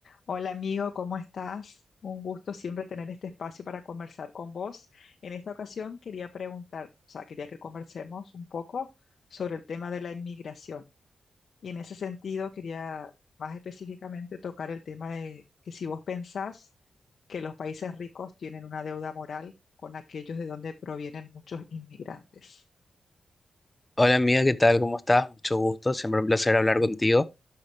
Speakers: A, on the left; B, on the left.
A: Hola amigo, ¿cómo estás? Un gusto siempre tener este espacio para conversar con vos. En esta ocasión quería preguntar, o sea, quería que conversemos un poco sobre el tema de la inmigración. Y en ese sentido quería más específicamente tocar el tema de que si vos pensás que los países ricos tienen una deuda moral con aquellos de donde provienen muchos inmigrantes.
B: Hola amiga, ¿qué tal? ¿Cómo estás? Mucho gusto, siempre un placer hablar contigo.